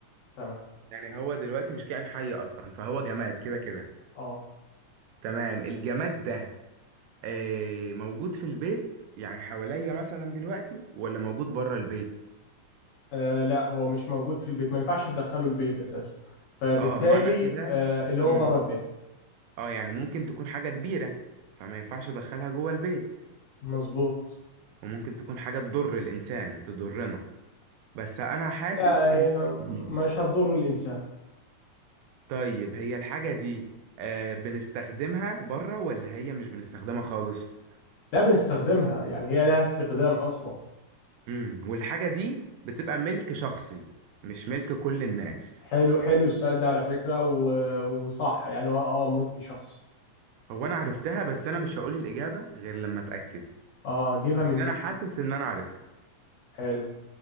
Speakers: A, on the left (about 70°); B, on the right (about 85°).
A: تمام
B: يعني هو دلوقتي مش كائن حي أصلا فهو جماد كده كده
A: اه
B: تمام الجماد ده أه موجود في البيت يعني حواليا مثلا دلوقتي ولا موجود بره البيت
A: آه، لا هو مش موجود في البيت ما ينفعش تدخله البيت اساسا فبالتالي
B: اه معنى كده
A: آه، اللي هو
B: امم
A: بره البيت
B: اه يعني ممكن تكون حاجة كبيرة فما ينفعش أدخلها جوه البيت
A: مظبوط
B: وممكن تكون حاجة تضر الإنسان تضرنا بس أنا حاسس
A: لا هي
B: إن هي كبيرة
A: مش هتضر الانسان
B: طيب هي الحاجة دي آه بنستخدمها بره ولا هي مش بنستخدمها خالص
A: لا بنستخدمها يعني هي لها استخدام اصلا
B: امم والحاجة دي بتبقى ملك شخصي مش ملك كل الناس
A: حلو حلو السؤال ده على فكرة و... وصح يعني هو اه ملك شخصي
B: هو انا عرفتها بس انا مش هقول الإجابة غير لما اتأكد
A: اه جيبها
B: بس
A: من
B: انا
A: هنا
B: حاسس ان انا عرفت
A: حلو